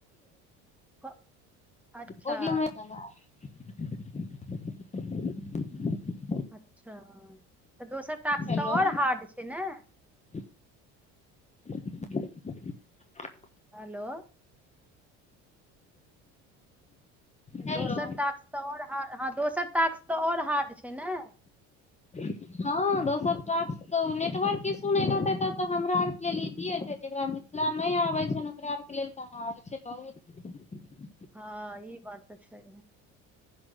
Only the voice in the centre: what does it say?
क- अच्छा
अच्छा तऽ दोसर टास्क
तऽ और हार्ड छै ने
हेलो
दोसर टास्क तऽ और ह हँ दोसर टास्क तऽ और हार्ड छै ने
हँ ई बात तऽ छै